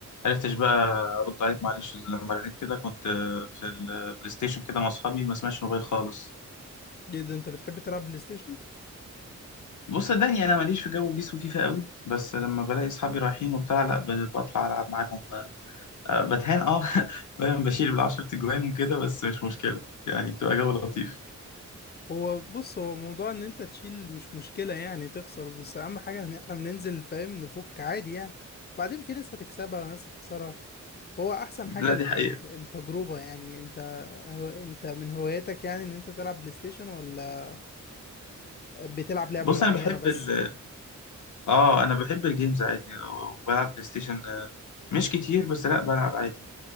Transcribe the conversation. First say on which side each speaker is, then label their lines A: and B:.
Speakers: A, on the left (about 75°); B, on the left (about 35°).
A: عرفتش بقى ارد عليك معلش لما رنيت كده كنت في البلاي ستيشن كده مع اصحابي ما سمعتش موبايل خالص
B: جدا انت بتحب تلعب بلاي ستيشن
A: بص صدقني انا ماليش في جو بيس وفيفا قوي بس لما بلاقي اصحابي رايحين وبتاع لا ب- بطلع العب معاهم آه، بتهان اه <laughs> فاهم بشيل بالعشر تجوان وكده بس مش مشكله يعني بتبقى جو لطيف
B: هو بص هو موضوع ان انت تشيل مش مشكلة يعني تخسر بس اهم حاجة ان احنا بننزل فاهم نفك عادي يعني بعدين في ناس هتكسبها وناس هتخسرها هو احسن
A: لا
B: حاجة ال-
A: دي حقيقه
B: ال- التجربة يعني انت هو انت من هواياتك يعني ان انت تلعب بلاي ستيشن ولا بتلعب لعبة
A: بص
B: معينة
A: انا بحب
B: بس
A: ال اه انا بحب الجيمز عادي وبلعب بلاي ستيشن آه، مش كتير بس لا بلعب عادي